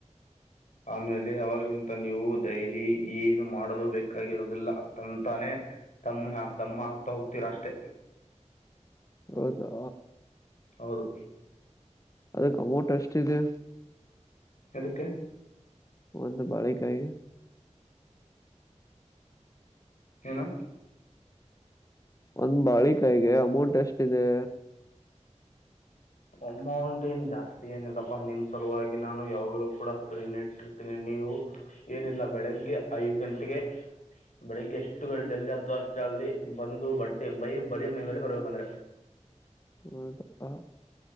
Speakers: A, on the left; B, on the left.
A: ಆಮೇಲೆ ಅವಾಗ್ಲಿಂತ ನೀವು ಡೈಲಿ ಏನು ಮಾಡದು ಬೇಕಾಗಿರೋದಿಲ್ಲ ತಂತಾನೆ ದಮ್ಮ ದಮ್ಮ ಆಗ್ತಾ ಹೋಗ್ತೀರ ಅಷ್ಟೆ
B: ಹೌದಾ
A: ಹೌದು
B: ಅದಕ್ ಅಮೌನ್ ಎಷ್ಟಿದೆ
A: ಎದಕ್ಕೆ
B: ಒಂದು ಬಾಳಿಕಾಯಿ
A: ಏನು
B: ಒಂದ್ ಬಾಳಿಕಾಯಿಗೆ ಅಮೌಂಟ್ ಎಷ್ಟಿದೆ
A: ಅಮೌಂಟ್ ಏನ್ ಜಾಸ್ತಿ ಏನಿಲ್ಲಪ್ಪಾ ನಿಮ್ ಸಲುವಾಗಿ ನಾನು ಯಾವಾಗಲೂ ಕೂಡ ಫ್ರೀನ ಇಟ್ಟಿರ್ತೀನಿ ನೀವು ಏನಿಲ್ಲ ಬೆಳಗ್ಗೆ ಐದ್ ಗಂಟೆಗೆ ಬೆಳಗ್ಗೆ ಎಷ್ಟು ಜಲ್ದಿ ಅತದಾ ಅಷ್ಟ ಜಲ್ದಿ ಬಂದು ಬಟ್ಟಿ ಬೈ ಬರೀ ಮೈ ಮೇಲೆ ಬರ್ಬೇಕಂದ್ರೆ
B: ಹೌದಾ